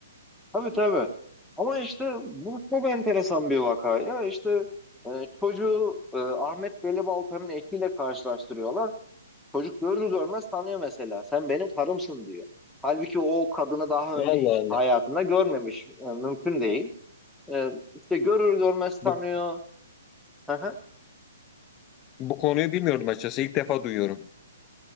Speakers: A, in the centre; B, on the left.
A: Tabii tabii. Ama işte bu çok enteresan bir vaka ya. İşte e, çocuğu e, Ahmet Velibalta'nın ekiyle karşılaştırıyorlar. Çocuk görür görmez tanıyor mesela. Sen benim karımsın diyor. Halbuki o kadını daha önce
B: Allah
A: hiç
B: Allah.
A: hayatında görmemiş. E, mümkün değil. E, işte görür görmez tanıyor.
B: Bu,
A: Hı hı.
B: bu konuyu bilmiyordum açıkçası. İlk defa duyuyorum.